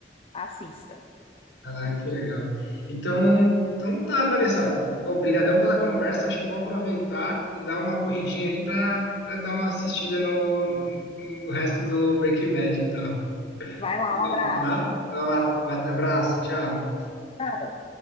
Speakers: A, on the left; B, on the left.
A: Assista.
B: Ah, que legal. Então, então tá, Vanessa. Obrigadão pela conversa. Acho que eu vou aproveitar e dar uma corridinha ali para dar uma assistida no, no no resto do Breaking Bad, então.
A: Vai lá,
B: Obrigado,
A: um abraço.
B: tá? Então, um abraço, tchau.
A: Tchau.